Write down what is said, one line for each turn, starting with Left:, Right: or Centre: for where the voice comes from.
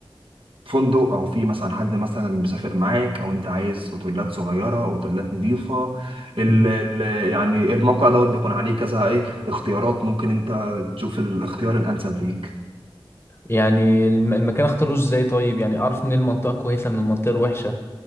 Right: فندق او في مثلا حد مثلا مسافر معاك او انت عايز اوتيلات صغيره اوتيلات نظيفه ال
Left: مم.
Right: ال يعني الموقع دوت بيكون عليه كذا ايه اختيارات ممكن انت تشوف الاختيار الانسب ليك
Left: يعني الم- المكان اختاره ازاي طيب يعني اعرف منين المنطقه كويسه من المنطقه الوحشه